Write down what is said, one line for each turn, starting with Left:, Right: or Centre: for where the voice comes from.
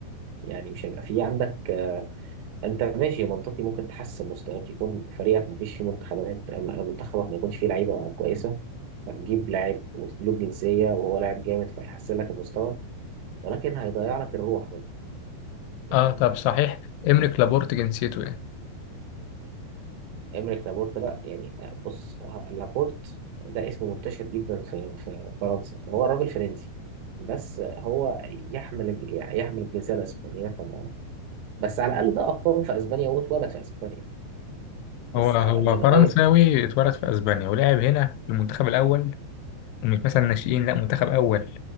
Right: يعني مش هيبقى فيه عندك آه، انت ماشي منطقي ممكن تحسن مستواك يكون فريقك ما فيش فيه منتخبات آه، منتخبك ما يكونش فيه لعيبه كويسه هتجيب لاعب وتديله جنسيه وهو لاعب جامد فيحسن لك المستوى ولكن هيضيع لك الروح بقى يعني
Left: اه طب صحيح إمريك لابورت جنسيته ايه؟
Right: إمريك لابورت لا يعني بص ه- لابورت ده اسم منتشر جدا في في فرنسا فهو راجل فرنسي بس هو يحمل الج- يعني يحمل الجنسية الإسبانية ف... بس على الأقل ده أقام في أسبانيا واتولد في أسبانيا بس
Left: هو هو
Right: من
Left: فرنساوي
Right: أي
Left: اتولد في اسبانيا ولعب هنا في المنتخب الاول ومش مثلا ناشئين لا منتخب اول